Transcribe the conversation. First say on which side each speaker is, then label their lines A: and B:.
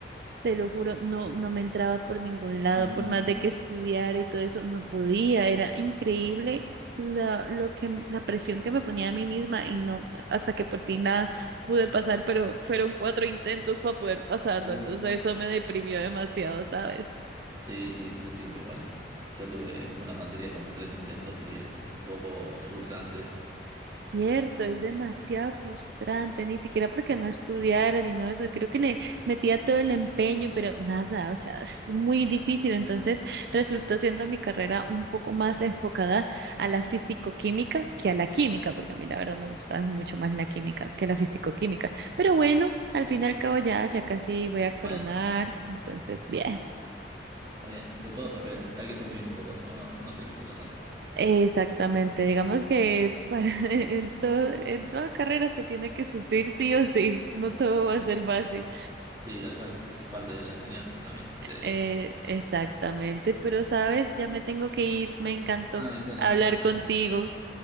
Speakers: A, on the right; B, on the right.
A: te lo juro, no, no me entraba por ningún lado,
B: Mm,
A: por más de que estudiara y todo eso, no podía, era increíble la, lo que, la presión que me ponía a mí misma y no, hasta que por fin la pude pasar, pero fueron cuatro intentos para poder pasarlo,
B: uf,
A: entonces eso me deprimió demasiado, ¿sabes?
B: Sí, sí, te entiendo igual. Ya tuve una materia con tres intentos y es un poco frustrante.
A: Cierto, es demasiado frustrante, ni siquiera porque no estudiara ni nada de eso, creo que le metía todo el empeño, pero nada, o sea, es muy difícil, entonces resultó siendo mi carrera un poco más enfocada a la fisicoquímica que a la química, porque a mí la verdad me gusta mucho más la química que la fisicoquímica, pero bueno, al fin y al cabo ya, ya casi voy a
B: Bueno,
A: coronar, entonces bien.
B: está bien, de todo se aprende. Hay que sufrir un poco, si no, no se disfruta tanto.
A: Exactamente,
B: <laughs>
A: digamos que para, <laughs> en todo, en toda carrera se tiene que sufrir sí o sí, no todo va a
B: Sí,
A: ser fácil.
B: sí, tal cual. Es parte de la enseñanza también, creo.
A: Eh, exactamente, pero sabes, ya me tengo que ir, me encantó
B: Ay, bueno,
A: hablar contigo.